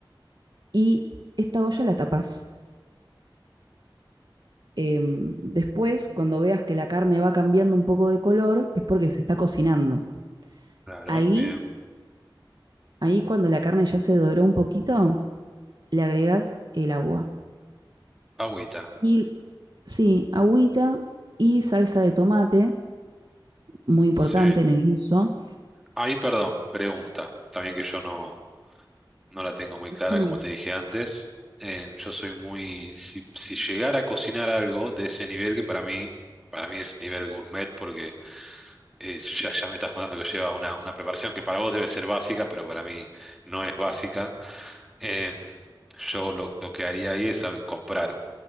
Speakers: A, on the right; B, in the centre.
A: y esta olla la tapás. Eh, después, cuando veas que la carne va cambiando un poco de color, es porque se está cocinando.
B: claro,
A: Ahí,
B: bien.
A: ahí cuando la carne ya se doró un poquito, le agregas el agua.
B: Agüita.
A: Y Sí, agüita y salsa de tomate, muy importante
B: Sí.
A: en el guiso.
B: Ahí, perdón, pregunta. También que yo no, no la tengo muy clara,
A: Mm,
B: como te dije antes. Eh, yo soy muy. Si, si llegara a cocinar algo de ese nivel, que para mí, para mí es nivel gourmet, porque eh, ya, ya me estás contando que lleva una, una preparación que para vos debe ser básica, pero para mí no es básica. Em, yo lo, lo que haría ahí es a ver, comprar